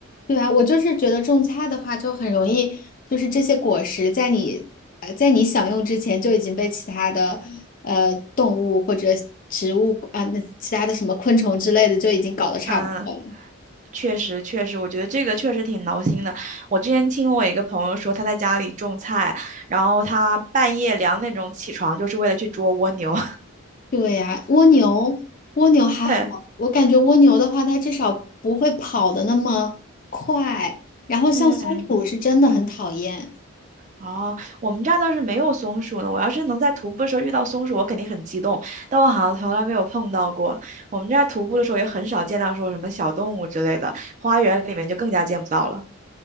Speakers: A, on the left (about 40°); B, on the right (about 35°).
A: 对啊，我就是觉得种菜的话，就很容易，就是这些果实在你呃在你享用之前就已经被其他的呃动物或者植物啊，那其他的什么昆虫之类的就已经搞得差不多了。
B: 嗯，确实确实，我觉得这个确实挺挠心的。我之前听我一个朋友说，他在家里种菜，然后他半夜两点钟起床，就是为了去捉蜗牛。
A: 对呀，蜗牛，蜗牛还好，
B: <laughs> 对，
A: 我感觉蜗牛的话，它至少不会跑的那么快。然后像松鼠是真的很讨厌，
B: 嗯，哦，我们这儿倒是没有松鼠呢。我要是能在徒步的时候遇到松鼠，我肯定很激动。但我好像从来没有碰到过。我们这儿徒步的时候也很少见到说什么小动物之类的，花园里面就更加见不到了。